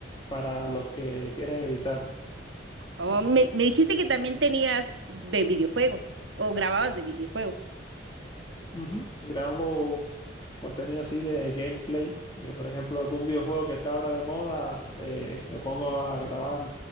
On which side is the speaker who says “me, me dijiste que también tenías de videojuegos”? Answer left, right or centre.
Right